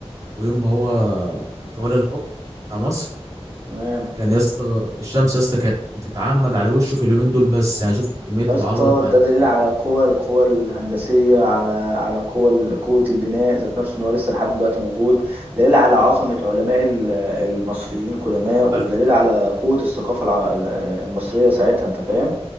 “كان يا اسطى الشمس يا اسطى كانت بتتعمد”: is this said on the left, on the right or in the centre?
Right